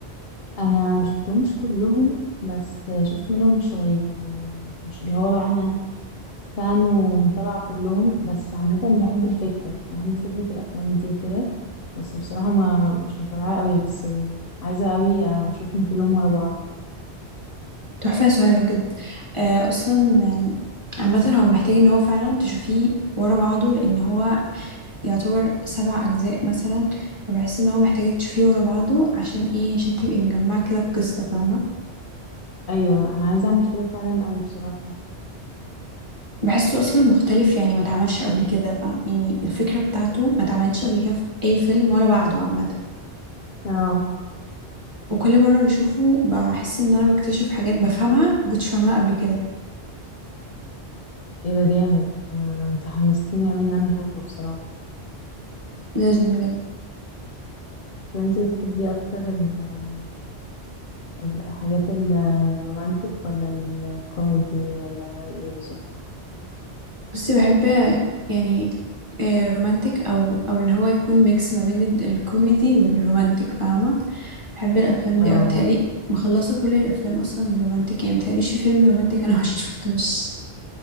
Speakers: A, on the left; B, on the right.
A: انا ما شفتهمش كلهم بس شفت منهم شويه يعني مش اللي هو بقى انا فان ومتابعه كلهم بس عامه بحب الفكره بحب فكره الافلام دي وكده بس بصراحه ما مش متابعه قوي بس عايزه قوي اشوفهم كلهم ورا بعض كده
B: تحفه يا سهيله بجد آه اصلا آه، عامه هو محتاج ان هو فعلا تشوفيه ورا بعضه لان هو يعتبر سبع اجزاء مثلا فبحس ان هو محتاج تشوفيه ورا بعضه عشان ايه عشان تبقي مجمعه كده القصه فاهمه
A: ايوه انا عايزه اعمل كده فعلا قوي بصراحه
B: بحسه اصلا مختلف يعني ما اتعملش قبل كده فاهم يعني الفكره بتاعته ما اتعملتش قبل كده في اي فيلم ولا بعده عامه
A: اه
B: وكل مرة بشوفه بحس ان انا بكتشف حاجات بفهمها مكنتش فاهمها قبل كده
A: ايه ده جامد انا انت حمستيني قوي ان انا اشوفه بصراحه
B: لازم بجد
A: طب انت بتحبي اكتر ال- الحاجات الرومانتك ولا الكوميدي ولا ايه بالظبط
B: بس بحب يعني رومانتك او او اللي هو يكون ميكس ما بين ال- الكوميدي والرومانتك فاهمة بحب الافلام
A: اه
B: دي اوي متهيألي مخلصة كل الافلام اصلا الرومانتك يعني متهيأليش في فيلم رومانتك انا <laughs> ما شفتوش